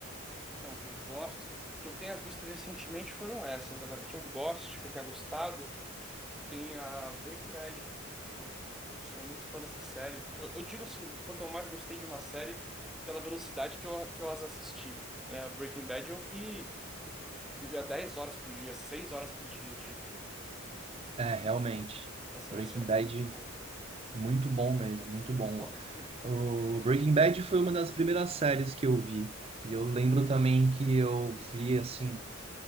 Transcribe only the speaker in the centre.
Então, que eu gosto. Que eu tenha visto recentemente foram essas. Agora, que eu gosto, que eu tenha gostado. Tem a Breaking Bad. Eu sou muito fã dessa série. Eu, eu digo assim, quanto eu mais gostei de uma série, pela velocidade que eu, que eu as assisti. É, Breaking Bad eu vi, eu via 10 horas por dia, 6 horas por dia de,
do- da série.
Essa é,
é muito boa.
Ó,